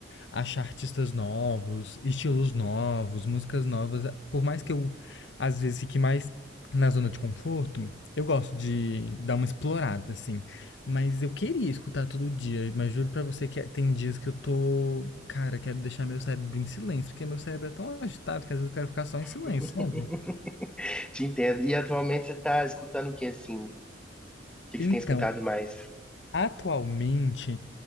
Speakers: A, on the left (about 65°); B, in the centre.
A: achar artistas novos, estilos novos, músicas novas. Por mais que eu, às vezes, fique mais na zona de conforto, eu gosto de dar uma explorada, assim. Mas eu queria escutar todo dia, mas juro pra você que é- tem dias que eu tô. Cara, quero deixar meu cérebro em silêncio, porque meu cérebro é tão agitado que às vezes eu quero ficar só em silêncio,
B: <laughs>
A: sabe?
B: Te entendo. E atualmente você tá escutando o que assim? O que que
A: Então,
B: você tem escutado mais?
A: atualmente,